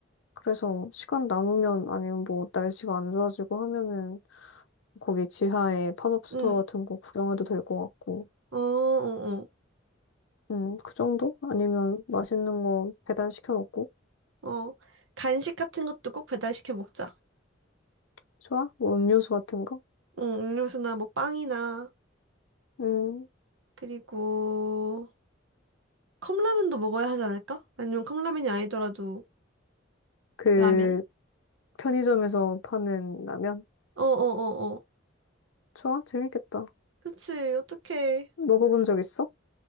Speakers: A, on the left (about 75°); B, on the right (about 75°).
A: 그래서 시간 남으면 아니면 뭐 날씨가 안 좋아지고 하면은 거기 지하에 팝업 스토어
B: 응,
A: 같은 거 구경해도 될 것 같고,
B: 어어어,
A: 음, 그 정도? 아니면 맛있는 거 배달 시켜 먹고,
B: 어. 어. 어. 간식 같은 것도 꼭 배달시켜 먹자.
A: 좋아? 뭐 음료수 같은 거?
B: 응, 음료수나 뭐 빵이나
A: 음,
B: 그리고 컵라면도 먹어야 하지 않을까? 아니면 컵라면이 아니더라도
A: 그
B: 라면?
A: 편의점에서 파는 라면?
B: 어어어어.
A: 좋아? 재밌겠다.
B: 그치, 어떡해.
A: 먹어본 적 있어?